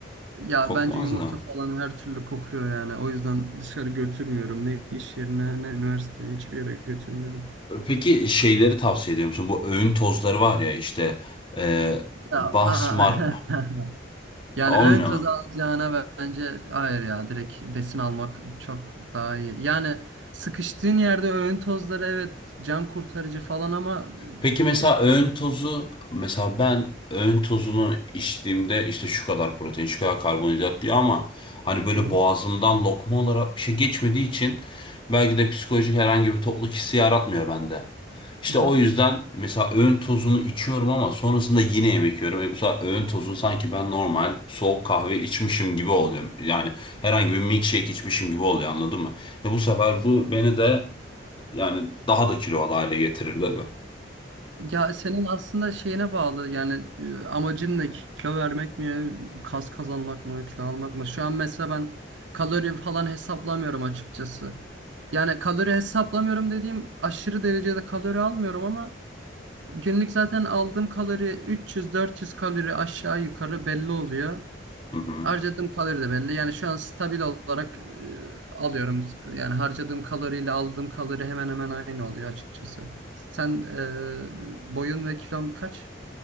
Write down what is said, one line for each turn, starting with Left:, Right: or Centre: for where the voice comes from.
Right: Ya
Left: kokmaz
Right: bence yumurta
Left: da.
Right: falan her türlü kokuyor yani. O yüzden dışarı götürmüyorum. Ne iş yerine, ne üniversiteye, hiçbir yere götürmüyorum.
Left: Peki şeyleri tavsiye ediyor musun? Bu öğün tozları var ya işte e,
Right: Ya,
Left: basmar
Right: aa. <laughs> Yani
Left: olmuyor
Right: ön taz
Left: mu?
Right: alacağına bence hayır ya. Direkt besin almak çok daha iyi. Yani sıkıştığın yerde öğün tozları evet can kurtarıcı falan ama bir...
Left: Peki mesela öğün tozu mesela ben öğün tozunu içtiğimde işte şu kadar protein şu kadar karbonhidrat diyor ama hani böyle
Right: Hı
Left: boğazımdan lokma olarak bir şey geçmediği için belki de psikolojik herhangi bir tokluk hissi yaratmıyor bende. İşte
Right: hı.
Left: o yüzden mesela öğün tozunu içiyorum ama sonrasında yine yemek yiyorum. E bu sefer öğün tozunu sanki ben normal soğuk kahve içmişim gibi oluyor. Yani herhangi bir milkshake içmişim gibi oluyor anladın mı? E bu sefer bu beni de yani daha da kilolu hale getirir tabii.
Right: Ya senin aslında şeyine bağlı yani e, amacın ne kilo vermek mi kas kazanmak mı kilo almak mı şu an mesela ben kalori falan hesaplamıyorum açıkçası yani kalori hesaplamıyorum dediğim aşırı derecede kalori almıyorum ama günlük zaten aldığım kalori 300-400 kalori aşağı yukarı belli oluyor
Left: Hı hı.
Right: Harcadığım kalori de belli. Yani şu an stabil olarak e, alıyorum. Yani harcadığım kaloriyle aldığım kalori hemen hemen aynı oluyor açıkçası. Sen e, boyun ve kilon kaç